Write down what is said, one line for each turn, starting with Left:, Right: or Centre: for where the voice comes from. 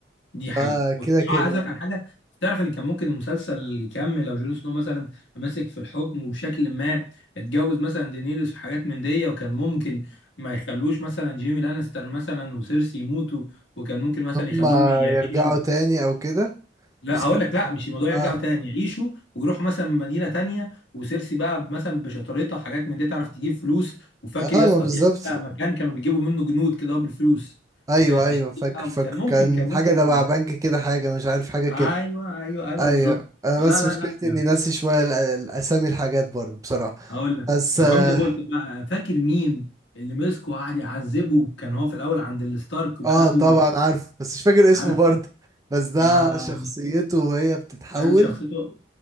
Left: دي
Right: ده
Left: حقيقة والصراحة
Right: كده كده
Left: عايز
Right: يعني
Left: أقولك على حاجة تعرف إن كان ممكن المسلسل يكمل لو جون سنو مثلا مسك في الحكم وبشكل ما اتجوز مثلا دينيريس وحاجات من دي وكان ممكن ما يخلوش مثلا جيمي لانستر مثلا وسيرسي يموتوا وكان ممكن مثلا
Right: إن
Left: يخلوهم
Right: هما
Left: يعيشوا
Right: يرجعوا تاني أو كده
Left: لا
Right: بصراحة
Left: هقول لك لا مش الموضوع يرجعوا
Right: آه
Left: تاني يعيشوا ويروحوا مثلا مدينة تانية وسيرسي بقى مثلا بشطارتها وحاجات من دي تعرف تجيب فلوس وفاكر
Right: آه
Left: يا
Right: ما
Left: اسطى
Right: بالظبط
Left: في حتة مكان كانوا بيجيبوا منه جنود كده بالفلوس
Right: أيوه
Left: فكانت
Right: أيوه
Left: تشتري
Right: فاكر
Left: بقى
Right: فاكر
Left: وكان ممكن
Right: كان
Left: كان ممكن
Right: حاجة تبع بنك كده حاجة مش عارف حاجة كده
Left: ايوه ايوه ايوه
Right: أيوه
Left: بالظبط
Right: أنا
Left: لا
Right: بس
Left: لا
Right: مشكلتي
Left: لا لا.
Right: إني ناسي شوية ال- الأسامي الحاجات برضه بصراحة
Left: اقول لك
Right: بس
Left: طب
Right: آه,
Left: رمزي بولتن بقى فاكر مين اللي مسكه وقعد يعذبه كان هو في الاول عند الستارك وخده
Right: آه طبعا عارف بس مش فاكر اسمه
Left: عارف
Right: برضه بس ده
Left: آه
Right: شخصيته وهي بتتحول
Left: كان شخصيته